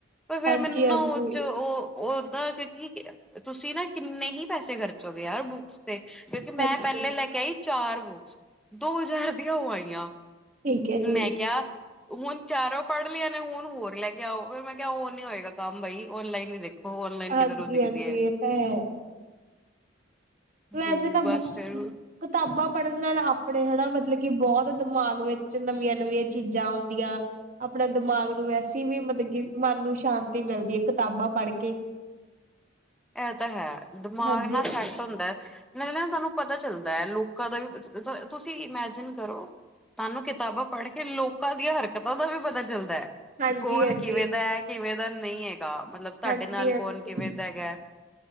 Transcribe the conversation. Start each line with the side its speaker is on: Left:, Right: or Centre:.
Centre: ਪਰ ਫੇਰ
Right: ਹਾਂਜੀ
Centre: ਮੈਨੂੰ
Right: ਹਾਂਜੀ
Centre: ਉਹ ਚ ਉਹ ਉਹ ਓਦਾਂ ਕਿਉਂਕਿ ਤੁਸੀਂ ਨਾ ਕਿੰਨੇ ਹੀ ਪੈਸੇ ਖਰਚੋਗੇ ਯਾਰ ਬੁੱਕ ਕਿਉਂਕਿ ਮੈਂ
Right: ਹਾਂਜੀ
Centre: ਪਹਿਲੇ ਲੈ ਕੇ ਆਈ ਚਾਰ ਬੁੱਕਸ ਦੋ ਹਜ਼ਾਰ ਦੀਆਂ ਉਹ ਆਈਆਂ।
Right: ਠੀਕ ਹੈ ਜੀ
Centre: ਮੈਂ ਕਿਆ। ਹੁਣ ਚਾਰੋਂ ਪੜ੍ਹ ਲਈਆ ਨੇ ਹੁਣ ਹੋਰ ਲੈ ਕੇ ਆਓ ਫ ਮੈਂ ਕਿਹਾ ਉਹ ਨੀ ਹੋਏਗਾ ਕੰਮ ਬਾਈ ਔਨਲਾਈਨ ਨ ਦੇਖ ਉਹ ਔਨਲਾਈਨ
Right: ਹਾਂਜੀ
Centre: ਕਿਧਰ ਉਹ ਦਿਖਦੀ
Right: ਹਾਂਜੀ
Centre: ਹੈ
Right: ਇਹ ਤਾਂ ਹੈ ਵੈਸੇ
Centre: ਜੀ
Right: ਤਾਂ
Centre: ਬਸ
Right: ਬੁੱਕਸ
Centre: ਫਿਰ
Right: ਕਿਤਾਬਾਂ ਪੜ੍ਹਨ ਨਾਲ ਆਪਣੇ, ਹੈਨਾ ਮਤਲਬ ਕਿ ਬਹੁਤ ਦਿਮਾਗ ਵਿੱਚ ਨਵੀਆਂ ਨਵੀਆਂ ਚੀਜ਼ਾਂ ਆਉਂਦੀਆਂ। ਆਪਣਾ ਦਿਮਾਗ ਨੂੰ ਵੈਸੀ ਵੀ, ਮਤਲਬ ਕਿ ਮਨ ਨੂੰ ਸ਼ਾਂਤੀ ਮਿਲਦੀ ਹੈ ਕਿਤਾਬਾਂ ਪੜ੍ਹ ਕੇ।
Centre: ਇਹ ਤਾਂ ਹੈ, ਦਿਮਾਗ
Right: ਹਾਂਜੀ।
Centre: ਨਾ ਸੈੱਟ ਹੁੰਦਾ, ਨਾਲੇ ਨਾ ਸਾਨੂੰ ਪਤਾ ਚੱਲਦਾ ਹੈ, ਲੋਕਾਂ ਦਾ ਵੀ ਤੁਸੀਂ ਇਮੈਜਿਨ ਕਰੋ, ਤੁਹਾਨੂੰ ਕਿਤਾਬਾਂ ਪੜ੍ਹ ਕੇ ਲੋਕਾਂ ਦੀਆਂ ਹਰਕਤਾਂ ਤੋ ਵੀ ਪਤਾ ਚਲਦਾ ਹੈ,
Right: ਹਾਂਜੀ-ਹਾਂਜੀ,
Centre: ਕੌਣ ਕਿਵੇਂ ਦਾ ਹੈ। ਕਿਵੇਂ ਦਾ ਨਹੀਂ ਹੈਗਾ, ਮਤਲਬ ਤੁਹਾਡੇ
Right: ਹਾਂਜੀ-ਹਾਂਜੀ
Centre: ਨਾਲ ਕੌਣ ਕਿਵੇਂ ਦਾ ਹੈਗਾ।